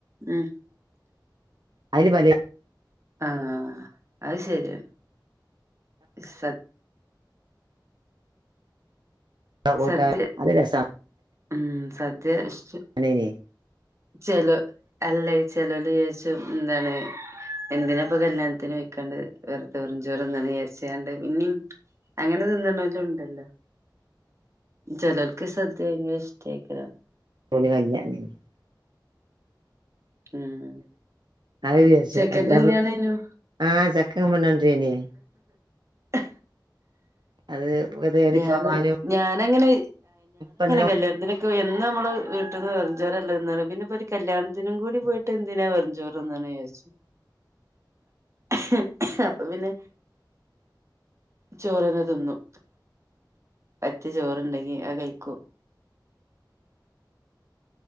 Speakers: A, on the right; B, on the right.
A: ഉം.
B: അയില് പലേ
A: ആഹ് അത് ശരിയാണ്. സ
B: കൂട്ടാൻ
A: സദ്യ
B: അത് രസാണ്.
A: ഉം സദ്യ ഇഷ്
B: കല്യാണേനി
A: ചെലോ അല്ലയ് ചെലോല് വിചാച്ചും എന്താണ് എന്തിനാ ഇപ്പൊ കല്യാണത്തിന് പോയിക്കാണ്ട് വെർ വെറുചോറ് തിന്ന്ണ് വിചാര്ച്ച്ങ്ങാണ്ട് പിന്നിം അങ്ങനെ തിന്ന്ണോലും ഇണ്ടല്ലോ? ചെലോൽക്ക് സദ്യ പിന്നെ ഇഷ്ടേക്കാരം.
B: <unintelligible>
A: ഉം
B: അത് വിചാരിച്ചു
A: ചെക്കന്റെ
B: എന്താപ്പോ
A: കല്യാണേനു
B: ആഹ് ചെക്കൻ പെണ്ണെട്ടേനി
A: ആ
B: അത് പ്പോ തേടി
A: ഞാന്
B: പോവാനും
A: ഞാനങ്ങനെ
B: പെണ്ണിനെ
A: കല്യാണത്തിന് എന്നോമ്മള് വീട്ടിന്ന് വെറുംച്ചോറല്ലേ തിന്ന്ണ് പിന്നെ ഇപ്പൊരു കല്യാൺത്തി <unintelligible> കൂടി പോയിട്ട് എന്തിനാ വെറും ചോറിന്ന്ണ് വിചാര്ച്ചു. ആഹ് അപ്പൊ പിന്നെ ചോറന്നെ തിന്നും. പറ്റേ ചോറ്ണ്ടെങ്കി അത് കഴിക്കും.